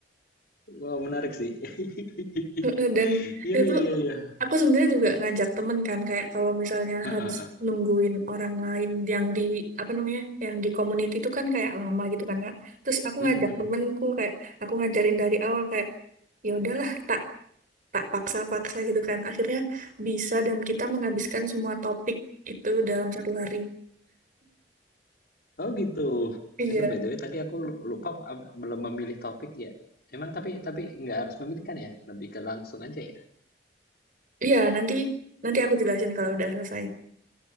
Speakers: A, on the left (about 60°); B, on the right (about 50°).
A: wow menarik sih. <laughs>
B: <laughs> Dan
A: Iya
B: itu
A: iya
B: tuh
A: iya iya.
B: Aku sebenarnya juga ngajak temen kan kayak kalau misalnya
A: Heeh,
B: harus
A: heeh.
B: nungguin orang lain yang di apa namanya yang di community itu kan kayak lama gitu kan Kak. Terus aku
A: Mm,
B: ngajak
A: mm, mm.
B: temenku kayak aku ngajarin dari awal kayak ya udahlah tak tak paksa-paksa gitu kan. Akhirnya bisa dan kita menghabiskan semua topik itu dalam satu hari.
A: Oh gitu.
B: Iya.
A: Eh BTW tadi aku lu- lupa apa- belum memilih topik ya. Emang tapi tapi nggak harus memilih kan ya? Lebih ke langsung aja ya.
B: Iya, nanti nanti aku jelasin kalau udah selesai.